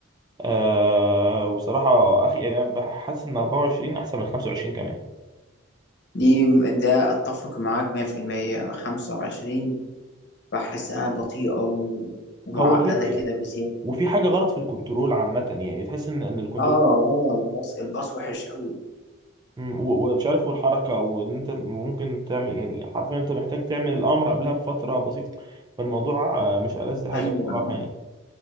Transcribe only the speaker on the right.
آه وبصراحة أخي يعني أنا بحس إن 24 أحسن من 25 كمان
هو صح في يعني
وفي حاجة غلط في الكنترول عامة يعني تحس إن إن الكنترول
مم، و- ومش عارف والحركة وإن أنت ممكن تعمل يعني حرفيا أنت محتاج تعمل الأمر قبلها بفترة بسيطة فالموضوع آه، مش ألذ حاجة
بصراحة
يعني